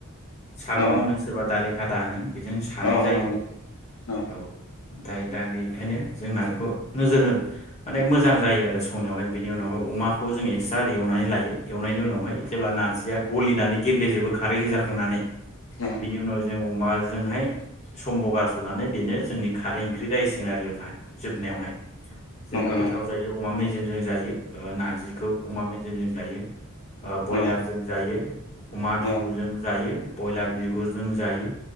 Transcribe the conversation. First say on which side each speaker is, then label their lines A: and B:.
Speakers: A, on the left; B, on the left.
A: सागं
B: अ
A: होनो सोरबा दालि खाथा होनो जों सानाय
B: अ
A: जायो
B: नंगौ न
A: औ ओमफ्राय दा बेनिखायनो जोंना बेखौ नोजोर होन मान मोजां जायो आरो संनायावहाय बेनि उनावहाय अमाखौ जों एक्सट्रा एवनानै लायो एवनायनि उनावहाय जेब्ला नारजिया गलिनानै गेब्लेजोबो खारै होजाखांनानै
B: न
A: बिनि उनाव जों अमाजोंहाय सम्भ'गारस'नानै बेनो जोंनि खारै ओंख्रि जाहैसिगोन आरो ओमफाय जोबनायावहाय जोबोद
B: नंगौ
A: गोथाव
B: नंगौ न
A: जायो अमा मेजे जायो नार्जारि खौ अमा मेजेमजों जायो ओ बरलार
B: न
A: जों‌ जायो अमा
B: न
A: जायो ब्रयलार बिगुरजों जायो